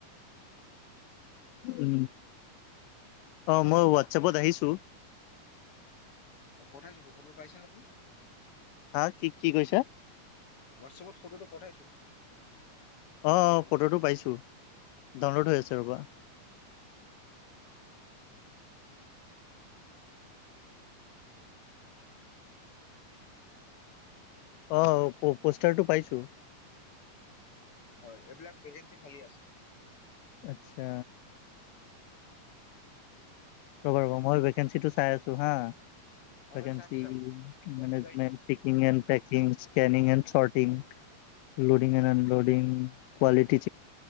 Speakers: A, on the left (about 85°); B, on the left (about 40°).
A: উ অ মই হোৱাটছাপত আহিছো।
B: অ পঠাইছো বহুতৰ পাইছে ন আপুনি?
A: হা কি 'কি কৈছা?
B: হোৱাটছএপত ফটোটো পঠাইছো।
A: অ অ ফটোটো পাইছো। ডাউনলোড হৈআছে ৰ'বা। আহ পোষ্টাৰটো পাইছো।
B: হয় এইবিলাক ভেকেঞ্চি খালী আছে।
A: আচ্ছা। ৰ'বা ৰ'বা মই ভেকেঞ্চিটো চাই আছো। চুহা। ভেকেঞ্চি,
B: হয় চাওক চাওক মই
A: মেনেজমেণ্ট,
B: বুজাই দিম
A: টেক্নিনিকেন,
B: কিন্তু
A: ক্সেনিং এন্দ থাৰতিন। লডিং এলডিং কোৱালিটি